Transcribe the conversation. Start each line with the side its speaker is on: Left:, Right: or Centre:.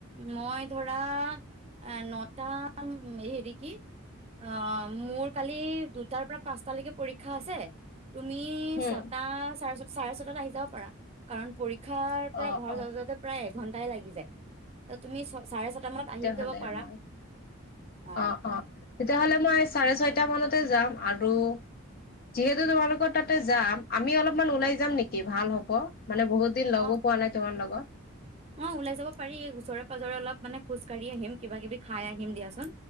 Right: মই ধৰা এ নটা হেৰি কি? অ, মোৰ কালি দু দুটাৰ পৰা পাঁচটালৈকে পৰীক্ষা আছে। তুমি
Left: হুম
Right: ছটা চাৰে চাৰে ছয়টা আহি যাব পাৰা, কাৰণ পৰীক্ষাৰ পৰা
Left: অ',
Right: ঘৰ
Left: অ',
Right: যাওঁ-যাওঁতে প্ৰায় এঘন্টা এঘন্টায়ে লাগি যায়। তুমি চাৰে ছয়টা মানত আহি
Left: অ-অ,
Right: যাব
Left: তেতিয়া
Right: পাৰা। অ'
Left: হ'লে মই চাৰে ছয়টা মানত এ যাম আৰু যিহেতু তোমালোকৰ তাতে যাম, আমি অলপমান ওলাই যাম নেকি, ভাল হ'ব। মানে বহুত দিন লগো
Right: অ'
Left: পোৱা নাই, তোমাৰ লগত।
Right: অ ওলাই যাব পাৰি ওচৰে পাজৰে অলপ মানে খোজকাঢ়ি আহিম, কিবা কিবি খাই আহিম দিয়াচোন